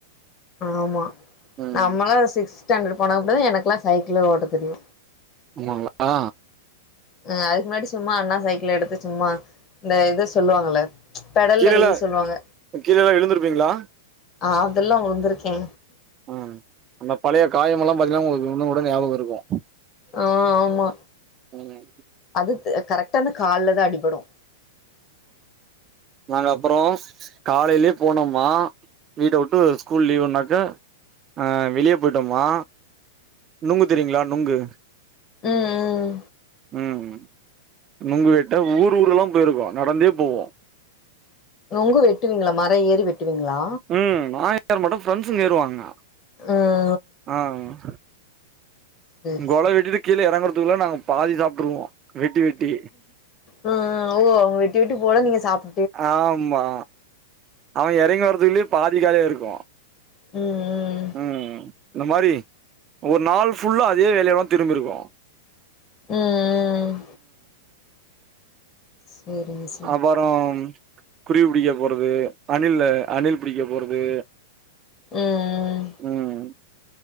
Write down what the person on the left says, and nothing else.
ஆமா
நம்மலா சிக்ஸ்த் ஸ்டாண்டர்ட் போனப்படதா எனக்குலா சைக்கிளே ஓட்ட தெரியு
ஆ அதுக்கு முன்னாடி சும்மா அண்ணா சைக்கிள் எடுத்து சும்மா இந்த இது சொல்லுவாங்கல பெடல்
அடி சொல்லுவாங்க
அதெல்லா உழுந்திருக்கே
ஆ ஆமா
அதுத் கரெக்டா அந்த கால்ல தா அடிபடு
ம் ம்
நொங்கு வெட்டுவிங்லா மர ஏறி வெட்டுவிங்லா
ஆ
சேரி
சேரி
ஓ அவுங்க அவுங்க வெட்டி வெட்டி போட நீங்க சாப்பு
ம் ம்
ம் ம் சேரி மிஸ்
ம்